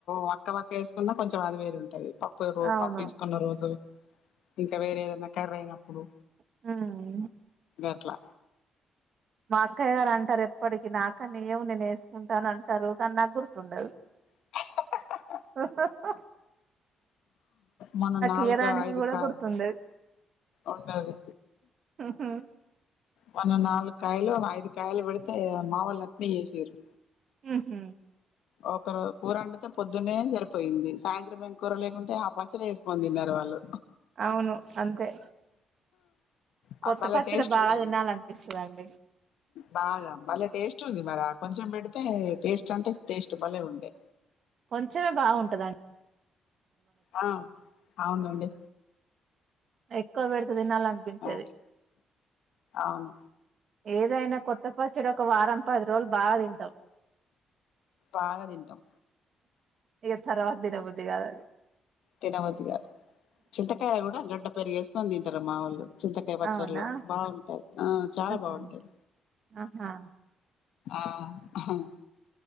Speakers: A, on the left; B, on the right.
A: వక్క వక్క వేసుకున్న కొంచెం అది వేరుంటది పప్పుకు
B: అవును
A: పప్పేసుకున్న రోజు ఇంక వేరే ఏదైనా కర్రీ అయిన అవ్నో
B: ఆఅ
A: అట్లా
B: మా అక్కయ్య గారు అంటారు ఎప్పటికి నాకన్న ఇవ్వు నేను వేసుకుంటాన అంటారు కానీ నాకు గుర్తుండదు
A: <unintelligible>
B: ఆ <unintelligible>
A: మన నాలుగు
B: ఇయ్యడానికి
A: ఐదు
B: కూడా
A: కాయ
B: గుర్తుండదు
A: ఉంటాది
B: ఉహు
A: మొన్న నాలుగు కాయలు ఐదు కాయలు పెడితే మావళ అట్నే వేసిరు
B: హుమ్మ్
A: ఒకరు కూరొండితే పొద్దున్నే సరిపోయింది సాయంత్రం ఏం కూర లేకుంటే ఆ పచ్చడి వేసుకొని తిన్నారు వాళ్ళు
B: అవును అంతే కొత్త
A: ఆ భలే
B: పచ్చడి
A: టేస్ట్
B: బాగా
A: ఉన్నది
B: తినాలనిపిస్తాదండి
A: బాగా భలే టేస్ట్ ఉంది మరి కొంచెం పెడితే టేస్ట్ అంటే టేస్ట్ భలే ఉండే
B: కొంచమే బాగుంటుందం
A: ఆ అవునండి
B: ఎక్కువ పెడితే తినాలనిపించేది
A: ఆ అవును
B: ఏదైనా కొత్త వచ్చినా ఒక వారం పది రోజులు బాగా తింటాం
A: బాగా తింటాం
B: ఇక ఆ తర్వాత తినబుద్ అది కాదండి
A: తినబుద్ది గాదు చింతకాయ కూడా గడ్డ <unintelligible> మొత్తం తిన్టారు మా వోళ్ళు చింతకాయ పచ్చర్లో
B: అవునా
A: బాగుంటాయి ఆ చాలా
B: ఉహు
A: బాగుంటాయి
B: ఆహా
A: ఆ అవ్